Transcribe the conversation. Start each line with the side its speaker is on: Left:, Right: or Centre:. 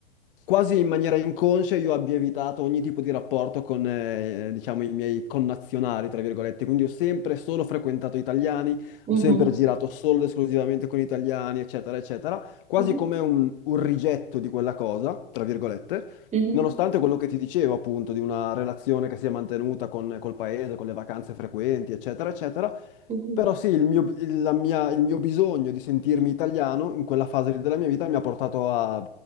Left: quasi in maniera inconscia io abbia evitato ogni tipo di rapporto con, eh, diciamo, i miei connazionali, tra virgolette. Quindi ho sempre solo frequentato italiani,
Right: Mhm,
Left: ho sempre girato solo ed esclusivamente con italiani, eccetera, eccetera. Quasi
Right: mhm,
Left: come un, un rigetto di quella cosa, tra virgolette.
Right: mhm,
Left: Nonostante quello che ti dicevo, appunto, di una relazione che si è mantenuta con, col paese, con le vacanze frequenti, eccetera, eccetera,
Right: mhm,
Left: però sì, il mio, il- la mia- il mio bisogno di sentirmi italiano in quella fase della mia vita mi ha portato a